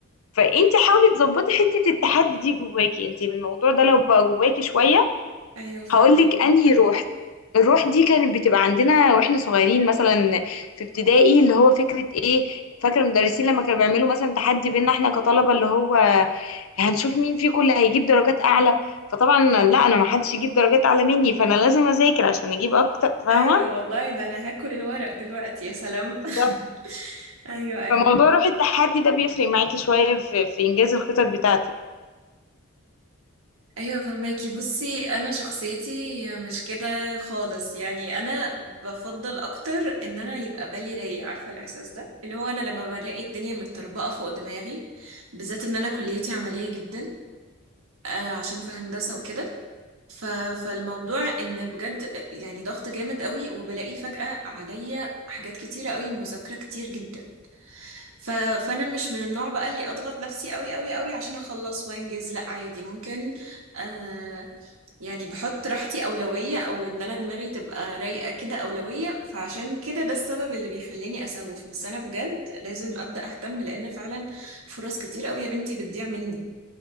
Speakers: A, on the left; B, on the right.
A: فانت حاولي تظبطي حته التحدي دي جواكي انت الموضوع ده لو بقى جواكي شويه
B: أيوة فاهمة
A: هقولك انهي روح الروح دي كانت بتبقى عندنا واحنا صغيرين مثلا في ابتدائي اللي هو فكرة ايه فاكر المدرسين لما كانوا بيعملوا مثلا تحدي بينا احنا كطلبة اللي هو هنشوف مين فيكم اللي هيجيب درجات اعلى فطبعا لا انا ما حدش يجيب درجات اعلى مني فانا لازم اذاكر عشان اجيب اكتر فاهمة
B: أيوة والله ده أنا هاكل الورق دلوقتي يا سلام
A: بالظبط.
B: <laughs> أيوة أيوة
A: فموضوع روح التحدي ده بيفرق معاكي شوية في, في انجاز الخطط بتاعتك
B: ايوه فهماكي بصي انا شخصيتي مش كده خالص يعني انا بفضل اكتر ان انا يبقى بالي رايق عارفه الاحساس ده اللي هو انا لما بلاقي الدنيا متطربقه فوق دماغي بالذات ان انا كليتي عمليه جدا آه، عشان في هندسه وكده ف... فالموضوع ان بجد يعني ضغط جامد قوي وبلاقي فجأة عليا حاجات كتيره قوي مذاكره كتير جدا ف... فانا مش من النوع بقى اللي اضغط نفسي قوي قوي قوي عشان اخلص وانجز لا عادي ممكن آه يعني بحط راحتي اولويه او ان انا دماغي تبقى رايقه كده اولويه فعشان كده ده السبب اللي بيخليني اسوف بس انا بجد لازم ابدا اهتم لان فعلا فرص كتير قوي يا بنتي بتضيع مني